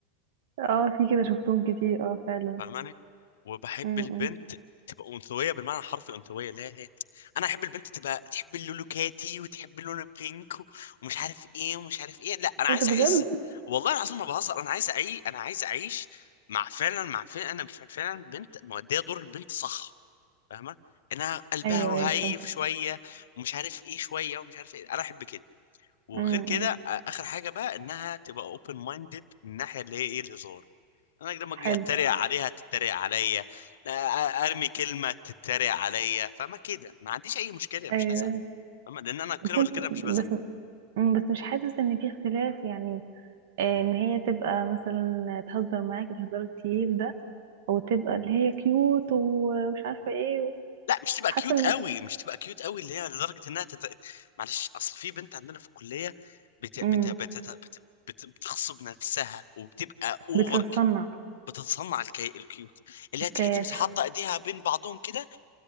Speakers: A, on the right; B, on the left.
A: اه في كده شفتهم كتير اه فعلا
B: فاهماني وبحب
A: امم
B: البنت تبقى انثويه بالمعنى الحرفي انثويه لا هي انا احب البنت تبقى تحب اللون كاتي وتحب اللون البينك و- ومش عارف ايه ومش عارف ايه لا انا عايز
A: ايه ده بجد
B: احس والله العظيم ما بهزر انا عايز اعيش انا عايز اعيش مع فعلا مع فعلا انا ف- فعلا بنت مؤديه دور البنت صح فاهمه انها قلبها
A: ايوه
B: رهيف
A: ايوه فهمت
B: شويه ومش عارف ايه شويه ومش عارف ايه انا احب كده وغير
A: امم
B: كده آه، اخر حاجه بقى انها تبقى اوبن مايندد من الناحيه اللي هي ايه الهزار انا لما اجي
A: حلو
B: اتريق عليها تتريق عليا لا آه، ارمي كلمه تتريق عليا فما كده ما عنديش اي مشكله مش
A: ايوه
B: هزعل فاهمة؟ لان انا كده
A: بس انت
B: ولا كده مش بزعل
A: بس أمم، بس مش حاسس ان في اختلاف يعني آه، ان هي تبقى مثلا تهزر معاك الهزار التقيل ده او تبقى اللي هي كيوت ومش عارفه ايه و-
B: لا مش تبقى
A: حاسه
B: كيوت
A: ان
B: قوي مش تبقى كيوت قوي اللي هي لدرجه انها تت... معلش اصل في بنت عندنا في الكليه بت... بت...
A: امم
B: بت... بت... بت... بتغصب نفسها وبتبقى اوفر
A: بتتصنع
B: بتتصنع الكي... الكيوت اللي
A: حكايات
B: هي تيجي تمسك حاطه ايديها بين بعضهم كده